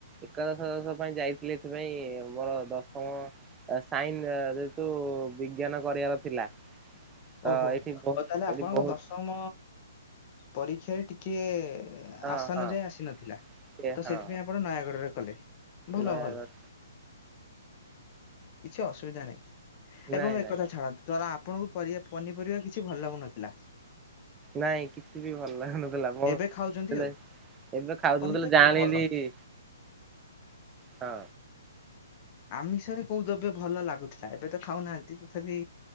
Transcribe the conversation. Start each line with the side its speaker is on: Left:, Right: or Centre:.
Right: ଏକାଦଶ ଦ୍ବାଦଶ। ପାଇଁ ଯାଇଥିଲେ ଏଥିପାଇଁ ମୋର ଦଶମ ସାଇନ୍ ଯେହେତୁ ବିଜ୍ଞାନ କ କରିଆର ଥିଲା। ତ
Left: ଓହୋ
Right: ଏଇଠି ବହୁ
Left: ଓ ତାହେଲେ
Right: ଏଠି
Left: ଆପଣଙ୍କ
Right: ବହୁତ
Left: ଦଶମ ପରୀକ୍ଷାରେ ଟିକେ।
Right: ହଁ
Left: ଆଶାନୁଯାୟୀ
Right: ହଁ
Left: ଆସିନଥିଲା
Right: ସେ
Left: ତ
Right: ହଁ
Left: ସେଥିପାଇଁ ଆପଣ ନୟାଗଡ ରେ କଲେ ଭଲ
Right: ନୟାଗଡ଼
Left: ଭଲ। କିଛି ଅସୁବିଧା ନାହିଁ ଏବଂ
Right: ନାଇଁ
Left: ଏକଥା
Right: ନାଇଁ
Left: ଛାଡ଼ନ୍ତୁ ତାଲା ଆପଣଙ୍କୁ। ପରିବା, ପନିପରିବା କିଛି ଭଲ ଲାଗୁନଥିଲା।
Right: ନାଇଁ କିଛି ବି ଭଲ ଲାଗୁନଥିଲା ବ
Left: ଏବେ ଖାଉଛନ୍ତି
Right: ତେଲେ।
Left: ଆଉ
Right: ଏବେ ଖାଉଛିୁ
Left: ପନିପରିବା
Right: ମୁ ଯେତେ ବେଳେ ଜାଣିଲି।
Left: ଭଲ
Right: ହଁ।
Left: ଆମିଷରେ କୋଉ ଦ୍ରବ୍ୟ ଭଲ ଲାଗୁଥିଲା ଏବେ ତ ଖାଉନାହାନ୍ତି ତଥାପି